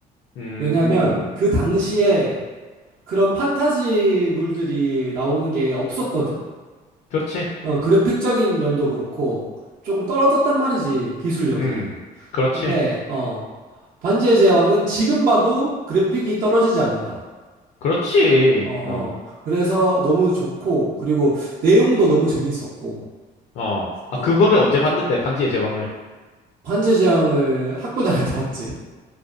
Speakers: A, on the left; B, on the right.
A: 음,
B: 왜냐면 그 당시에 그런 판타지물들이 나오는 게 없었거든?
A: 그렇지.
B: 어, 그래픽적인 면도 그렇고 조금 떨어졌단 말이지 기술력이.
A: 음, 그렇지.
B: 근데 어, 반지의 제왕은 지금 봐도 그래픽이 떨어지지 않는다.
A: 그렇지.
B: 어, 어.
A: 어.
B: 그래서 너무 좋고 그리고 내용도 너무 재밌었고
A: 어. 아,
B: 어,
A: 그거를 언제 봤는데, 반지의 제왕을.
B: 반지의 제왕을 학교 다닐 때 봤지.